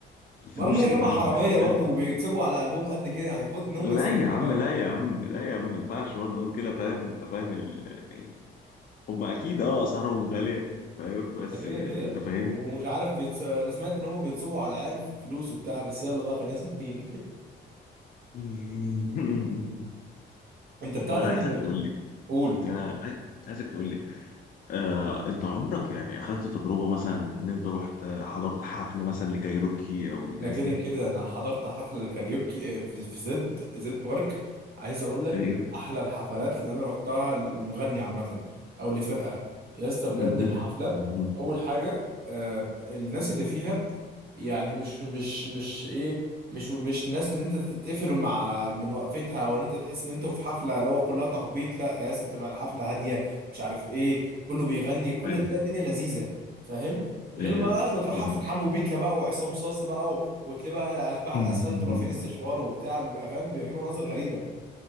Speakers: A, on the left; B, on the right.
A: الفلوس
B: مرة ان هي
A: اللي
B: جامعة
A: معاهم
B: حرامية
A: يعني،
B: برضه وبيكسبوا على قلبهم قد كده يعني المفروض ان هم
A: لا
B: يصرفوا
A: يا عم
B: شوية
A: لا يا عم لا يا عم ما ينفعش برضه نقول كده فاهم انت فاهم ال... يعني هم اكيد اه اسعارهم غاليه فاهم بس
B: ده كده
A: يعني
B: كده
A: انت فاهمني
B: ومش عارف بيتس... انا سمعت ان هم بينصبوا على العيال في فلوس وبتاع بس يلا بقى خلينا ساكتين
A: <laughs>
B: <laughs> انت بتاع
A: طب
B: ده
A: انا
B: انت
A: عايزك
B: ما قلت
A: تقول لي
B: قول
A: انا عايز- عايزك تقول لي آه انت عمرك يعني اخذت تجربه مثلا ان انت رحت آه، حضرت حفله مثلا لكايروكي او الناس
B: ده كده
A: دي
B: كده انا حضرت حفلة الكاريوكي آه، في في زد زد بارك عايز اقول لك
A: ايوه
B: من احلى الحفلات اللي انا رحتها للمغني عامة او لفرقة يا اسطى بجد
A: مهم.
B: الحفلة
A: مهم.
B: اول حاجة آه، الناس اللي فيها يعني مش مش مش ايه مش مش الناس اللي انت تتقفل مع من وقفتها او ان انت تحس ان انت في حفله اللي هو كلها تخبيط لا يا اسطى بتبقى الحفله هاديه مش عارف ايه كله بيغني كله
A: ايوه
B: تلاقي الدنيا لذيذه فاهم غير
A: ايوه
B: ما بقى لما تروح
A: فاهم.
B: حفله حمو بيكا بقى وعصام صاصا بقى و- وتلاقي بقى اشباح
A: <laughs>
B: الاسفلت ورافعين استشوار وبتاع بيبقى فاهم بيبقى في مناظر غريبه